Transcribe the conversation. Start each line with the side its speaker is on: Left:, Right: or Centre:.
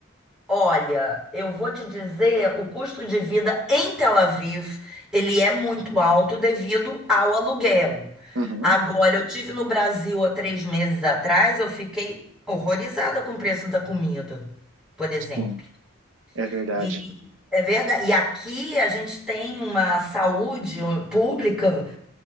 Centre: olha, eu vou te dizer, o custo de vida em Tel Aviv, ele é muito alto devido ao aluguel.
Right: Uhum,
Centre: Agora, eu tive no Brasil há três meses atrás, eu fiquei horrorizada com o preço da comida, por exemplo.
Right: sim, é verdade.
Centre: E é verdade. E aqui a gente tem uma saúde um, pública,